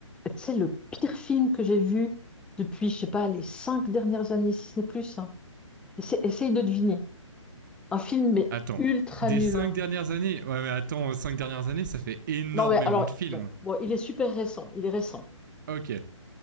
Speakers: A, in the centre; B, on the right.
A: Tu sais, le pire film que j'ai vu depuis, je sais pas, les cinq dernières années, si ce n'est plus. hein. Essa- Essaye de deviner. Un film, mais
B: Attends,
A: ultra
B: des
A: nul.
B: cinq
A: hein.
B: dernières années Ouais, mais attends, euh, cinq dernières années, ça fait énormément
A: Non, mais alors,
B: de films.
A: non. Bon, il est super récent. Il est récent.
B: Ok.